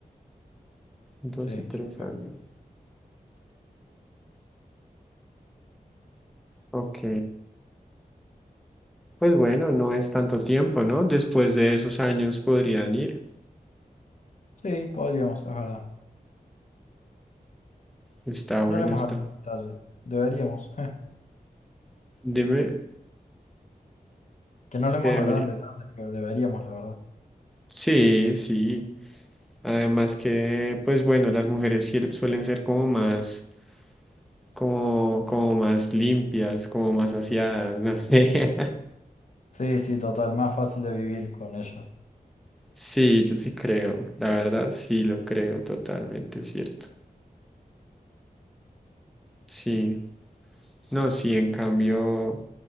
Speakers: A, in the centre; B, on the left (about 50°).
A: dos
B: Sí,
A: y tres
B: yo creo.
A: años. Ok. Pues bueno, no es tanto tiempo, ¿no? Después de esos años podrían ir.
B: Sí, podríamos, es verdad.
A: Está bueno,
B: No le hemos
A: está.
B: hablado en detalle. Deberíamos. <laughs>
A: Dime,
B: Que no le hemos
A: ¿qué debería?
B: hablado en detalle, pero deberíamos, la verdad.
A: Sí, sí. Además que, pues bueno, las mujeres sier- suelen ser como más, como, como más limpias, como más aseadas, no sé. <laughs>
B: Sí, sí, total, más fácil de vivir con ellas.
A: Sí, yo sí creo, la verdad, sí lo creo, totalmente cierto. Sí, no, sí, en cambio,